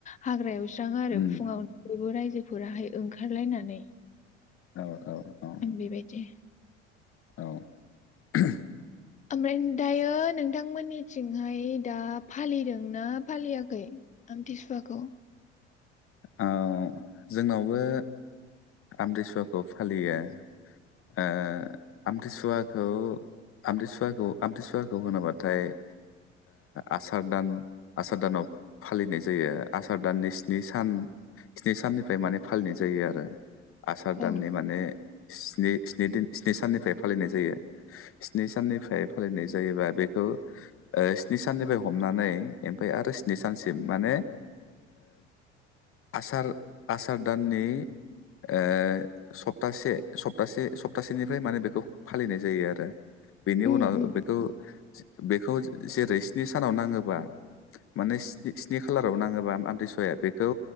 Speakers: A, on the left (about 20°); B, on the left (about 40°).
A: हाग्रायाव आरो
B: उम
A: फुङावनो बयबो रायजो बेफोराहाय ओंखारलायनानै
B: औ औ
A: आं बेबायदि
B: औ <unintelligible>
A: ओमफ्राय दायो नोंथांमोननिथिंहाय दा फालिदों ना फालियाखै टिसुवाखौ
B: औ जोंनावबो आमथिसुवा खौ फालियो। आ आमथिसुवा खौ आमथिसुवाखौ आमथसुवाखौ होनोबाथायओ आसार दान आसार दानाव फालिनाय जायो आसार दाननि स्नि सान स्नि साननिफ्राय माने फालिनाय जायो आरो। आसार दाननि
A: औ
B: माने स्निन स्नि साननिफ्राय फालिनाय जायो स्नि साननिफ्राय फालिनाय जायोबा बेखौ स्नि साननिफ्राय हमनानै ओमफफ्राय आरो स्नि सानसिम माने आसार आसार दान नि ओ सप्तासे सप्तासे सप्तासेनिफ्राय माने बेखौ फालिनाय जायो आरो। बेनि
A: उम
B: उनाव
A: उम
B: बेखौ बेखौ जेरै स्नि सानाव नाङोबा माने स्नि खालाराव नाङोबा आमथ्रिसाया बेखौ